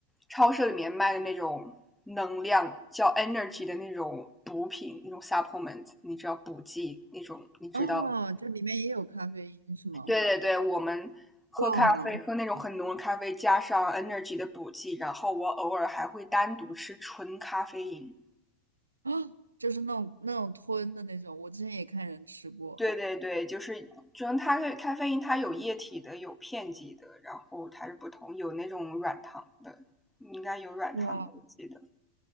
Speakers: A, in the centre; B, on the right (about 75°).
A: 超市里面卖的那种能量叫 energy 的那种补品，那种 supplement，你知道补剂那种，你知道？
B: 哦，这里面也有咖啡因是吗？
A: 对对对，我们喝咖啡喝那种很浓的咖啡，
B: 哇，
A: 加上 energy 的补剂，然后我偶尔还会单独吃纯咖啡因。
B: 啊，就是那种那种吞的那种，我之前也看人吃过。
A: 对对对，就是就是它的咖啡因，它有液体的，有片剂的，然后它是不同，有那种软糖的，应该有软糖的，
B: 哇。
A: 我记得。